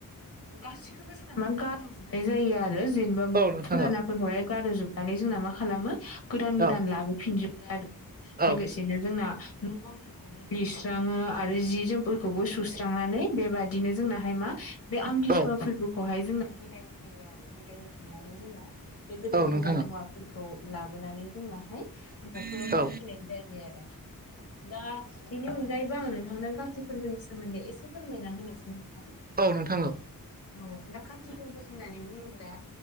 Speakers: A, on the left; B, on the right.
A: गासिखौबो जों मा गारजोबनाय जायो आरो जेनेबा
B: औ नोंथां
A: फुरानाफोरखौहाय
B: औ
A: गारोजोबनानै जोंना मा खालामो गोदान
B: औ
A: गोदान लाबोफिनजोबो
B: औ
A: नो जों न' बां लिरस्राङो आरो जि जोम फोरखौबो सुस्रांनानै बेबादिनो जोंनाहाय मा बे आमथिसुवा
B: औ
A: फोरबोखौहाय जोंना बिद होयो आरो बिदाय होखांनानै जोंना बे गोदान
B: औ नोंथां
A: गोदान हुवाफोरखौ लाबोनानै जोंनाहाय न'खराव
B: औ औ
A: दोनफैनाय जायो आरो दा बेनि अनगायैबो आं नोंथांमोना कारथि फोरबोनि सोमोन्दै एसे फोरमायना होनोसै नोंथां
B: औ औ
A: औ दा खाथि फोरबो होननानै बुङोब्ला